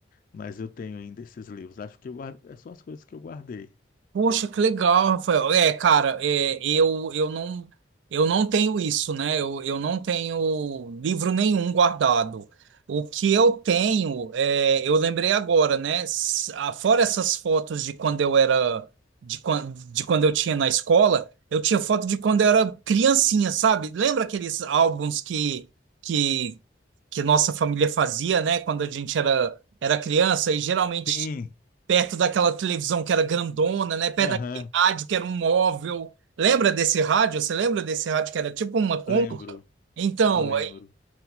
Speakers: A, on the left; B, on the right.
A: mas eu tenho ainda esses livros. Acho que eu guardo, é só as coisas que eu guardei.
B: Poxa, que legal, Rafael. É, cara, é, eu, eu não eu não tenho isso, né? Eu, eu não tenho livro nenhum guardado. O que eu tenho, é, eu lembrei agora, né? S- ah, Fora essas fotos de quando eu era, de, quan- de quando eu tinha na escola, eu tinha foto de quando eu era criancinha, sabe? Lembra aqueles álbuns que, que, que nossa família fazia, né? Quando a gente era, era criança e geralmente
A: Sim,
B: perto daquela televisão que era grandona, né? Perto
A: aham,
B: daquele rádio que era um móvel. Lembra desse rádio? Você lembra desse rádio que era tipo uma cômoda?
A: lembro,
B: Então,
A: lembro.
B: aí,